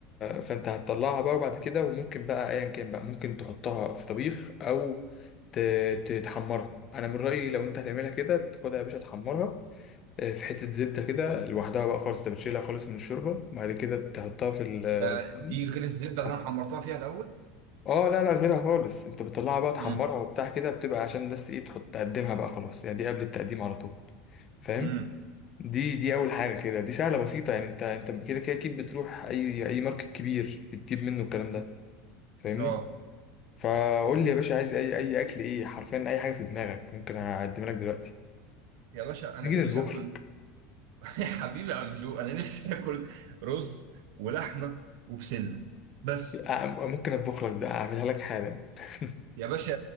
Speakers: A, on the left; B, on the right.
A: فانت هتطلعها بقى وبعد كده وممكن بقى ايا كان بقى ممكن تحطها في طبيخ او ت... ت- تحمرها انا من رايي لو انت هتعملها كده تاخدها يا باشا تحمرها آه، في حته زبده كده لوحدها بقى خالص انت بتشيلها خالص من الشوربه بعد كده تحطها في السمنه
B: ده دي غير الزبدة اللي
A: تحمرها.
B: انا حمرتها فيها الاول
A: اه لا لا غيرها خالص انت بتطلعها بقى تحمرها
B: امم
A: وبتاع كده بتبقى عشان بس ايه تحط تقدمها بقى خلاص يعني دي قبل التقديم على طول فاهم
B: امم
A: دي دي اول حاجه كده دي سهله بسيطه يعني انت انت كده كده اكيد بتروح اي اي ماركت كبير بتجيب منه الكلام ده فاهمني
B: اه
A: فقول لي يا باشا عايز اي اي اكل ايه حرفيا اي حاجه في دماغك ممكن اقدم لك دلوقتي
B: يا باشا انا
A: نيجي
B: نفسي
A: نطبخ
B: اكل
A: لك
B: يا حبيبي يا عم جو انا نفسي اكل رز ولحمه وبسله بس
A: أ- ممكن اطبخ لك ده اعملها لك حالا <laughs>
B: يا باشا